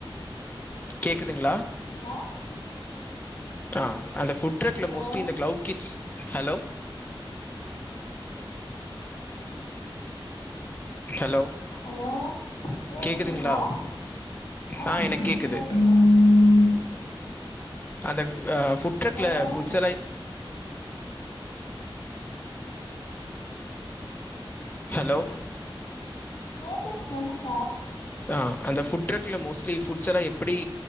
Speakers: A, on the left; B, on the left.
A: கேக்குதுங்ளா
B: வாட்
A: அ அந்த ஃபுட்ட்ரக்ல
B: ஹலோ
A: மோஸ்ட்லி இந்த கிளவுட் கிச் ஹலோ ஹலோ
B: ஹலோ கேக்குதுங்ளா
A: கேட்குதுங்களா
B: அ
A: ஆ எனக்கு
B: கேக்குது
A: கேட்குது
B: சொல்லுங்க
A: அந்த ஃபுட்ட்ரக்ல
B: ஹலோ
A: ஃபுட்ஸெல்லா ஹலோ
B: <unintelligible> சொல்லுங்க
A: அ அந்த ஃபுட்ட்ரக் ல மோஸ்ட்லி ஃபுட்ஸ்ஸெல்லா எப்டி